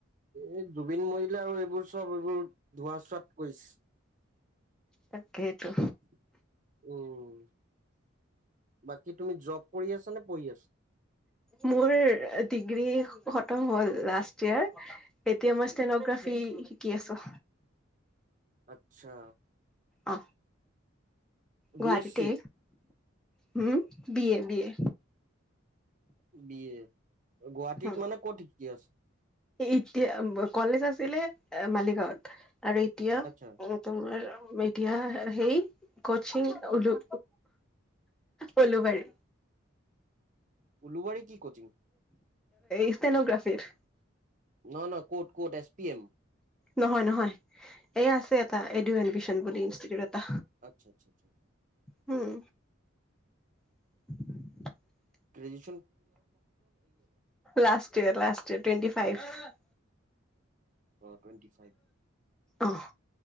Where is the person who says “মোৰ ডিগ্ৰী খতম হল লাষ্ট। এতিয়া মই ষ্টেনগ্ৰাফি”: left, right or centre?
Centre